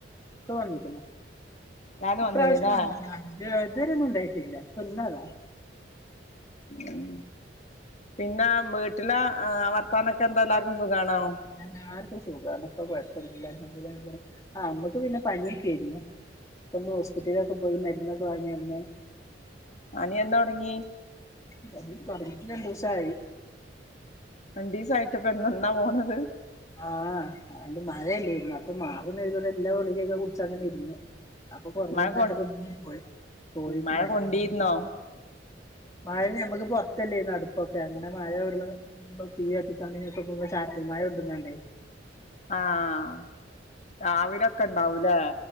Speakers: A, on the left; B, on the left.
A: ഒക്കെ വന്നിക്ണ്.
B: ഞാനും
A: ഇപ്രാവശ്യം
B: വന്ന്ണ് ല്ലേ
A: വന്നതാണ് ഇതുവരെന്നുണ്ടായിട്ടില്ല ഇപ്പൊന്നതാ
B: ഉം പിന്നെ വീട്ടിലെ ആഹ് വർ ത്താനൊക്കെന്താല്ലാവർക്കും സുഖണോ?
A: എല്ലാർക്കും സുഖാണ് ഇപ്പ കൊഴപ്പന്നുല്ല അൽഹംദുലില്ലാഹ് ആ നമ്മക്ക് പിന്നെ പനിയൊക്കെയിരുന്നു. പ്പൊന്ന് ഹോസ്പിറ്റലിലൊക്കെ പോയി മരുന്നൊക്കെ വാങ്ങി വന്ന്.
B: പനി എന്നൊടങ്ങി?
A: പനി തുടങ്ങീട്ട് രണ്ടുസായി
B: രണ്ടീസ ആയിട്ടൊക്കെ ഇന്ന് ന്നാ പോണത്.
A: ആഹ് അല്ല മഴയല്ലേരുന്നോ അപ്പൊ മാറുന്ന് കരുതി ഇവിടെ ഇല്ല ഗുളികൊക്കെ കുടിച്ച് അങ്ങനെ ഇര്ന്ന് അപ്പൊ കൊറഞ്ഞിട്ടില്ല
B: മഴ കൊ
A: കണ്ടപ്പോ പിന്നെ പോയി പോയിട്ട്
B: മഴ
A: മരു
B: കൊണ്ടീരുന്നോ
A: <unintelligible> മഴ നമ്മക്ക് പൊറത്തല്ലേര്ന്നോ അടുപ്പൊക്കെ അങ്ങനെ മഴ കൊള്ള അപ്പം തീയത്തിക്കാന് ഇതിനൊക്കെ പോവുമ്പോ ചാറ്റൽ മഴ കൊണ്ട്ങ്ങാണ്ടേ
B: ആഹ് രാവിലൊക്കെണ്ടാവൂലേ?